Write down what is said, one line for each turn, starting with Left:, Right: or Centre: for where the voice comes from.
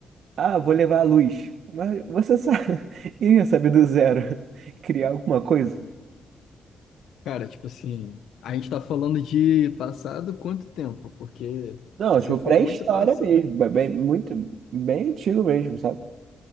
Right: ah, vou levar a luz. Mas você só <laughs> ia saber do zero <laughs> criar alguma coisa?
Left: Cara, tipo assim, a gente tá falando de passado quanto tempo? Porque
Right: Não,
Left: se
Right: tipo,
Left: for
Right: pré-história
Left: muito passado,
Right: mesmo, bem, muito, bem antigo mesmo, sabe?